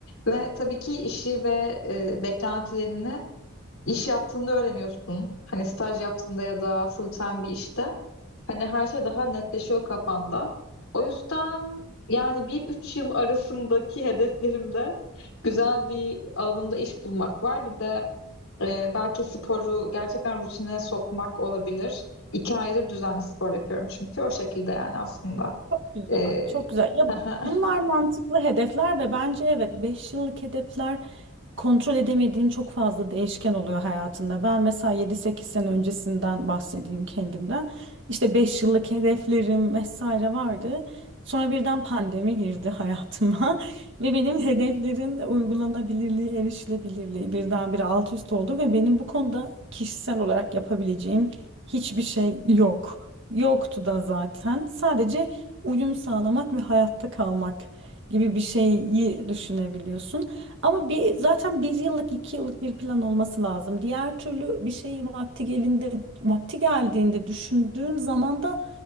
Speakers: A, on the left; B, on the right.
A: Ve tabii ki işi ve e, beklentilerini İş yaptığında öğreniyorsun. Hani staj yaptığında ya da full time bir işte. Hani her şey daha netleşiyor kafanda. O yüzden yani bir üç yıl arasındaki <laughs> hedeflerimde güzel bir alanımda iş bulmak var. Bir de e, belki sporu gerçekten rutine sokmak olabilir. İki aydır düzenli spor yapıyorum çünkü o şekilde yani aslında.
B: Çok güzel,
A: E,
B: çok güzel.
A: <laughs>
B: Ya
A: Hı
B: bunlar mantıklı hedefler ve bence evet 5 yıllık hedefler kontrol edemediğin çok fazla değişken oluyor hayatında. Ben mesela yedi sekiz sene öncesinden bahsedeyim kendimden. İşte 5 yıllık hedeflerim vesaire vardı. Sonra birden pandemi girdi hayatıma <laughs> ve benim hedeflerin uygulanabilirliği, erişilebilirliği birdenbire alt üst oldu ve benim bu konuda kişisel olarak yapabileceğim hiçbir şey yok. Yoktu da zaten. Sadece uyum sağlamak ve hayatta kalmak gibi bir şeyi düşünebiliyorsun. Ama bir zaten bir yıllık iki yıllık bir plan olması lazım. Diğer türlü bir şeyi vakti gelinde vakti geldiğinde düşündüğün zaman da